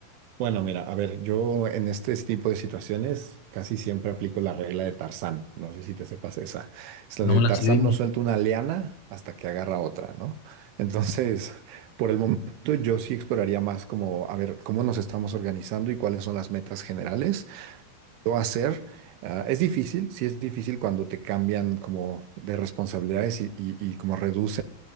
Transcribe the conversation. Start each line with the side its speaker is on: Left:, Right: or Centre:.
Right: Bueno, mira, a ver, yo en este tipo de situaciones casi siempre aplico la regla de Tarzán. No sé si te sepas esa. Es la de
Left: No, la
Right: Tarzán
Left: sé, dime.
Right: no suelta una liana hasta que agarra otra, ¿no? Entonces, por el momento yo sí exploraría más como, a ver, cómo nos estamos organizando y cuáles son las metas generales lo hacer. Ah, es difícil, sí es difícil cuando te cambian como de responsabilidades y, y- y como reducen